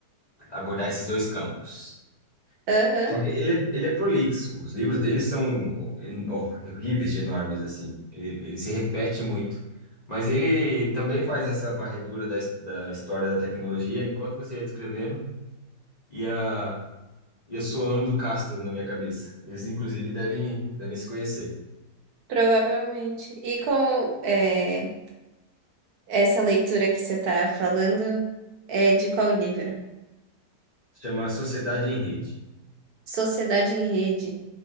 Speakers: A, on the left (about 35°); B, on the right (about 70°).
A: abordar esses dois campos.
B: Aham,
A: Só que ele, é- ele é prolixo. Os livros dele são en- horríveis de enormes assim. Ele, ele se repete muito. Mas ele também faz essa varredura da, his- da história da tecnologia enquanto você ia descrevendo. Ia e Ando Castro na minha cabeça. Eles, inclusive, devem, devem se conhecer.
B: provavelmente. E com é, essa leitura que você tá falando, é de qual livro?
A: Chama Sociedade em Rede.
B: Sociedade em Rede.